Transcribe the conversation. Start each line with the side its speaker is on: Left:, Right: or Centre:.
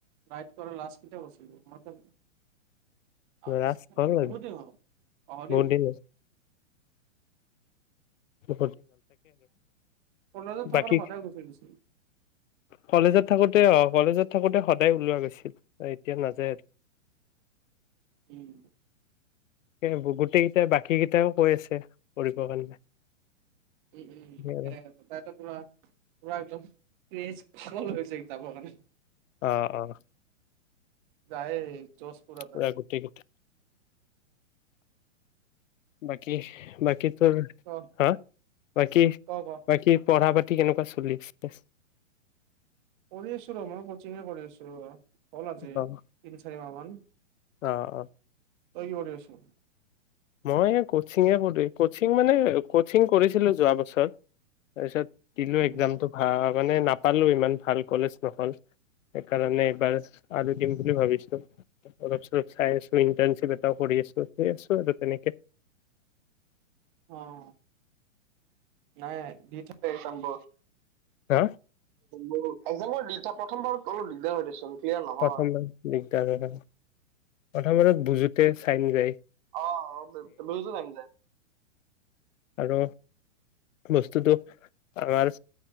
Right: ৰাইট কৰা লাষ্ট কেতিয়া গৈছিলি মইটো অ
Left: লাজ হ'ল আৰু
Right: বহু দিন হল অ হৰি
Left: বহুত দিন অ
Right: কলেজত থকাটো
Left: বাকী
Right: সদায় গুচি দিছিল
Left: কলেজত থাকোতে অ কলেজত থাকোতে সদায় ওলোৱা গৈছিল এতিয়া নাযায় আৰু
Right: উম
Left: সেই গোটেই কেইটাই বাকী কেইটাইও কৈ আছে কৰিবৰ কাৰণে
Right: উম উম
Left: আৰু
Right: এ ত ত ক একদম ক্ৰেজ ভাব ল গৈছে কিতাপৰ কাৰণে
Left: অ অ
Right: যায় যজপুৰত
Left: পুৰা
Right: আ
Left: গোটেই বাকী কি বাকী তোৰ
Right: ক
Left: হা বাকী
Right: ক ক
Left: বাকী পঢ়া পতি কেনেকুৱা চলি আছে
Right: কৰি আছো ৰ মই কচিঙ কৰি আছো কল আছে তিনি
Left: অ
Right: চাৰি মাবা উ
Left: অ অ
Right: তই কি কৰি আছ
Left: মই কচিঙে পলো কচিং মানে কচিং কৰিছিলো যোৱা বছৰ তাৰপিছত দিলো
Right: উম,
Left: এক্জামতটো ভাল মমানে নাপালোঁ ইমান ভাল কলেজ নহ'ল সেইকাৰণে এইবাৰ আৰু দিম বুলি ভাবিছোঁ অলপ চলপ চাই আছোঁ ইণ্টাৰ্ণশ্বিপ এটাও কৰি আছোঁ সেই আছোঁ আৰু তেনেকে
Right: অ নাই দি থাকে চামব
Left: হা
Right: মোৰো একজামৰ ৰিচা প্ৰথমবাৰত অলপ দিগদাৰ হৈ দেচোন ক্লিয়াৰ নহয়।
Left: প্ৰথমবাৰ দিগদাৰ প্ৰথমতত বুজোতে চাই নযায়
Right: অ অ বজুছ এ আনিলে
Left: আৰু বস্তুতটো আমাৰ